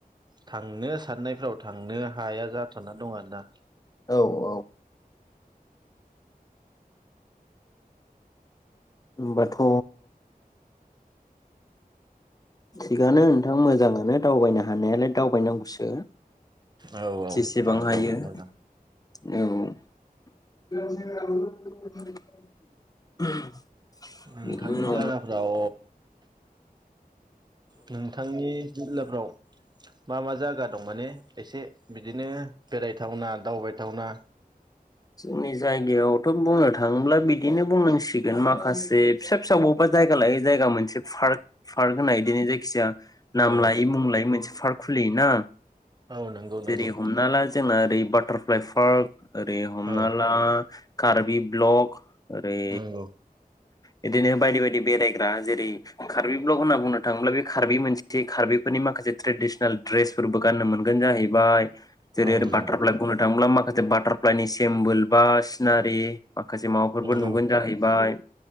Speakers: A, on the right; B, on the left.
A: थांनो साननायफ्राव थांनो हाया जाथ'ना दं। आरोना
B: औ औ होमबाथ' थिगानो नोंथां मोजाङानो दावबायनो हानायालाय दावबायनांगौसो।
A: औ औ
B: जेसेबां
A: नंगौ
B: हायो
A: मोजां।
B: औ <unintelligible>
A: नोंथांनि
B: बिदि नो
A: जायगाफ्राव नोंथांनि जिल्ला फ्राव मा मा जायगा दं माने एसे बिदिनो बेरायथावना दावबायथावना
B: जोंनि जायगायावथ' बुंनो थाङोब्ला बिदिनो बुंनांसिगोन माखासे फिसा फिसा बबेबा जायगा लायो जायगा मोनसे पार्क पार्क होननाय बिदिनो जायखिजाया नाम
A: औ
B: लायै मुं लायै मोनसे फार्क खुलियोना।
A: औ नंगौ
B: जेरै
A: नंगौ।
B: हमना ला जोंना ओरै बाटारफ्लाइ पार्क ओरै हमना
A: औ
B: ला कारबि ब्लक ओरै
A: नंगौ
B: बिदिनो बायदि बायदि बेरायग्रा जेरै कार्बि ब्लग होनना बुंनो थाङोब्ला बे कार्बि मोनसे कार्बिफोरनि माखासे ट्रेडिसनेल ड्रेसफोरबो गाननो मोनगोन जाहैबाय जेरै
A: औ नंगौ
B: बाटारफ्लाइ बुंनो थांब्ला मा बाटारफ्लायनि सि सेम्बोल बा सिनारि। माखासे माबाफोरबो
A: नंगौ
B: नुगोन जाहैबाय